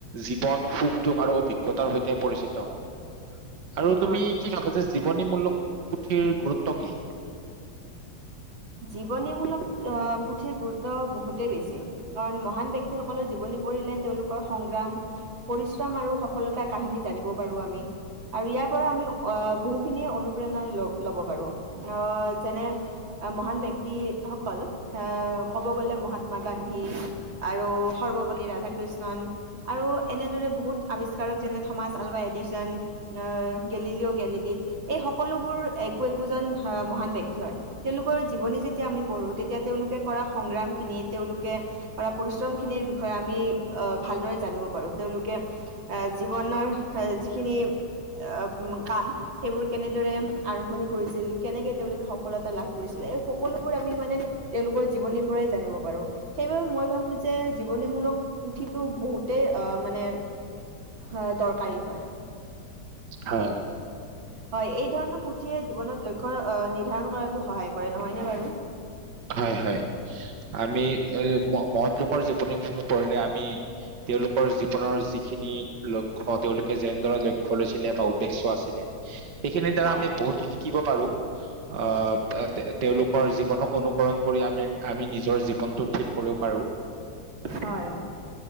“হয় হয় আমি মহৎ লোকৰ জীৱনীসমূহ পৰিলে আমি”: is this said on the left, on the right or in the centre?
Right